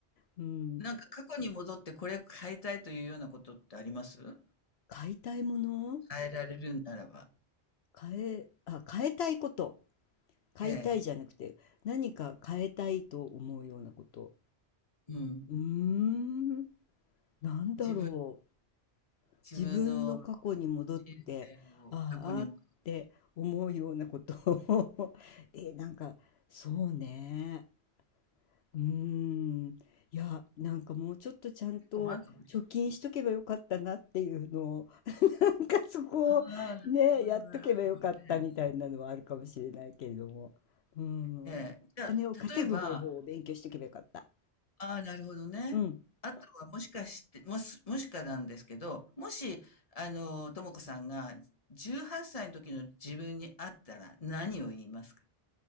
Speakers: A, on the left (about 70°); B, on the left (about 35°).
A: うん、
B: なんか過去に戻ってこれ変えたいというようなことってあります
A: 買いたいもの、
B: 変えられるならば。
A: 買え、あ、変えたいこと。買いたいじゃなくて、
B: ええ、
A: 何か変えたいと思うようなこと。
B: うん。
A: うーん、なんだろう。
B: 自分の、自分の
A: 自分の過去に戻って、
B: 人生を過去に戻っ
A: あーあーって思うようなことを <laughs> え、なんか、そうね。うーん。いや、なんかもうちょっとちゃんと貯金しとけばよかったなっていうのを
B: て結構満足した。
A: なんかそこをね、
B: ああ、なるほどなる
A: やっとけばよかったみたいなのはあるかもしれないけれども。
B: ほど
A: うん。
B: ええ、
A: お金を稼ぐ方法を勉強しておけばよかった。
B: じゃあ、例えば、ああ、なるほどね。
A: うん。
B: あとはもしかして、もし、もしかなんですけど、もし、あの、ともこさんが18歳の時の自分に会ったら何を言いますか